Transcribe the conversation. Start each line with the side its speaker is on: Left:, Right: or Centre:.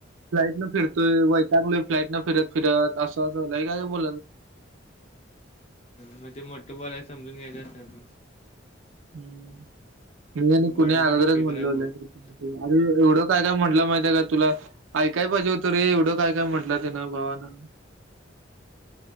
Right: फ्लाईट न फिरतोय, वैतागलोय फ्लाईट नं फिर फिरत असंय का बो
Left: मग ते मोठं बोलालाय समजून घ्यायचं असतं आपण.
Right: हम् मी आणि कुण्या
Left: बडा बडा
Right: अगोदरच
Left: फेकर
Right: म्हणलं
Left: आहे
Right: होलं
Left: बहुत
Right: अ एवढं काय काय म्हटलं महिती आहे का तुला? ऐकाय पाहिजे हो त रे एवढं काय काय म्हंटलं ते ना भावाना.